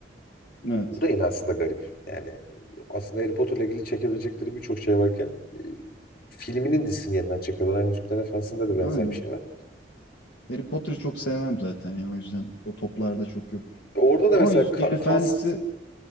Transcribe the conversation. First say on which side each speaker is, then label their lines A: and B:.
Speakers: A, on the left; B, on the left.
A: Evet.
B: Bu da yine aslında garip. Yani aslında Harry Potter'la ilgili çekebilecekleri birçok şey varken e, filminin dizisini yeniden çekiyorlar. Aynı Yüzüklerin Efendisi'nde de
A: Yani
B: benzer bir şey var.
A: Harry Potter'ı çok sevmem zaten ya. O yüzden o toplarda çok yok.
B: Orada da
A: Ama
B: mesela
A: Yüzüklerin
B: ka-
A: Efendisi
B: cast